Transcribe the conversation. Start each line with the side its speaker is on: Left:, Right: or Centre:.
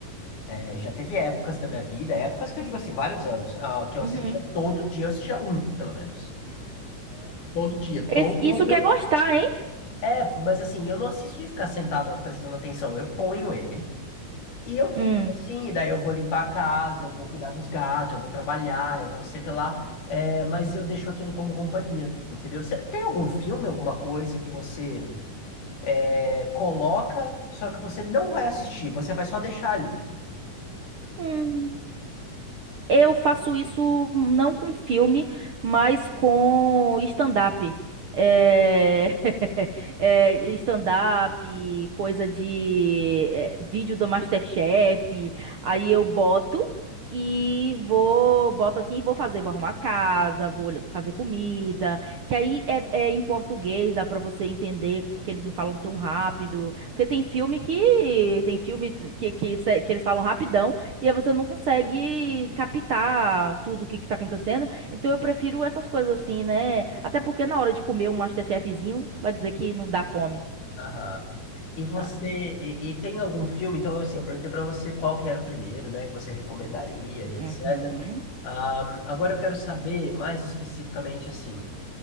Left: é, já teve épocas da minha vida, épocas que eu digo assim, vários anos, ah, que eu assistia
Right: Uhum.
Left: todo dia, eu assistia um, pelo menos. Todo dia, todo.
Right: Esse- isso quer gostar, hein?
Left: É, mas assim, eu não assisto de ficar sentado prestando atenção, eu ponho ele e eu fico
Right: Hum.
Left: assim, e daí eu vou limpar a casa, eu vou cuidar dos gatos, eu vou trabalhar, eu vou sei que lá, é, mas eu deixo aquilo como companhia, entendeu? Você tem algum filme, alguma coisa que você é, coloca, só que você não vai assistir, você vai só deixar ali?
Right: Hum. Eu faço isso não com filme, mas com stand-up. É... <laughs> é, stand-up, coisa de é, vídeo do MasterChef. Aí eu boto e vou, boto assim, e vou fazer, vou arrumar casa, vou olh- fazer comida. Que aí é, é em português, dá pra você entender, porque eles não falam tão rápido. Porque tem filme que tem filme que, que, que eles falam rapidão. E aí você não consegue captar tudo o que que tá acontecendo. Então eu prefiro essas coisas assim, né? Até porque na hora de comer um MasterChefzinho, vai dizer que não dá fome.
Left: Aham. E você,
Right: Ah,
Left: e, e tem algum filme? Então, assim, eu perguntei pra você qual que era o primeiro, né, que você recomendaria e etc.
Right: uhum,
Left: Ahn, agora eu quero saber mais especificamente, assim,